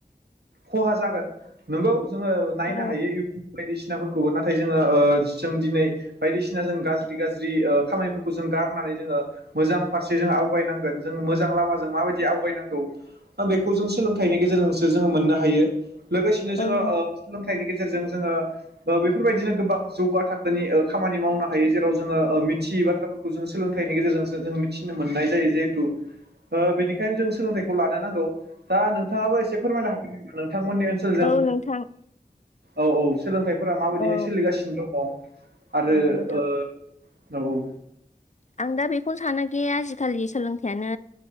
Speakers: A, on the right; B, on the left.
A: खहा जागोन नंगौ जोङो नायनो
B: औ
A: हायो इउटुब बायदिसिनाफोर खौबो नाथाय जोङो ओ जों दिनै बायदिसिना जों गाज्रि-गाज्रि ज्रि ओ खामानिफोरखौ जों गारनानै जोङो मोजां फारसेजों आवगाय नांगोन। जों मोजां लामाजों मा बायदि आव गायनांगौ ओ बेखौ जों सोलोंथनि गेजेरजोंसो जोङो मोननो हायो। लोगोसेनो
B: औ
A: जोङो ओ सोलोंथाइनि गेजेरजों जोङो ओ बे फोरबायदिनो गोबां जौगा थाखोनि ओ खामानि मावनो हायो जेराव जोङो ओ मिथियि बाथ्राफोरखौ जों सोलोंथाइनि गेजेरजोंसो जोङो मिथिनो मोननाय जायो जिहेथु। ओ बेनिखायनो जों सोलोंथाइखौ लानो नांगौ। दा नों थाङाबो एसे फोरमायनो हागोन नामा नोंथांमोननि ओनसोलजों।
B: औ नोंथां
A: औ-औ। सोलोंथाइफोरा माबायदिहाय
B: औ
A: सोलिगासिनो दङ। आरो
B: औ नोंथां
A: ओ औ औ।
B: आं दा बेखौनो सानोखि आजिखालि सोलोंथाइयानो